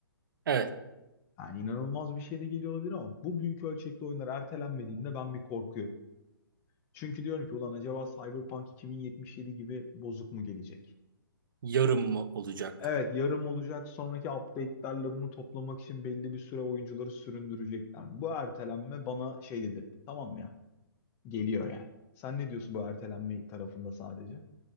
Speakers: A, on the right; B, on the left.
A: Evet.
B: Yani inanılmaz bir şey de geliyor olabilir ama bu büyük ölçekli oyunlar ertelenmediğinde ben bir korkuyorum. Çünkü diyorum ki ulan acaba Cyberpunk 2077 gibi bozuk mu gelecek?
A: Yarın mı olacak?
B: Evet yarım olacak sonraki update'lerle bunu toplamak için belli bir süre oyuncuları süründürecekler. Bu ertelenme bana şey dedirtti tamam mı ya? Geliyor yani. Sen ne diyorsun bu ertelenme tarafında sadece?